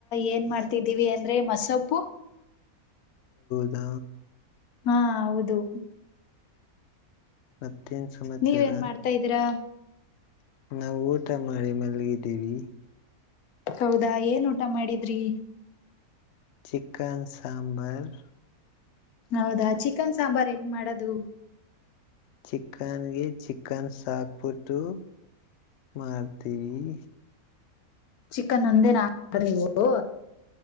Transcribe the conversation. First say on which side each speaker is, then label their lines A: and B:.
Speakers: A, on the left; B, on the left.
A: ಏನ್ ಮಾಡ್ತಿದ್ದೀವಿ ಅಂದ್ರೆ ಮಸೊಪ್ಪು
B: ನ
A: ಹಾ ಹೌದು
B: ಮತ್ತೇನ್ ಸಮಾಚಾರ
A: ನೀವೇನ್ ಮಾಡ್ತಾ ಇದ್ದೀರಾ
B: ನಾವು ಊಟ ಮಾಡಿ ಮಲಗಿದ್ದೀವಿ
A: ಹೌದಾ ಏನ್ ಊಟ ಮಾಡಿದ್ರಿ
B: ಚಿಕನ್ ಸಾಂಬರ್
A: ಹೌದಾ ಚಿಕನ್ ಸಾಂಬಾರ್ ಹೆಂಗ್ ಮಾಡದು
B: ಚಿಕನ್ಗೆ ಚಿಕನ್ ಸಾಕ್ಬಿಟ್ಟು ಮಾಡ್ತೀವಿ
A: ಚಿಕನ್ ಒಂದೇ ನ ನೀವು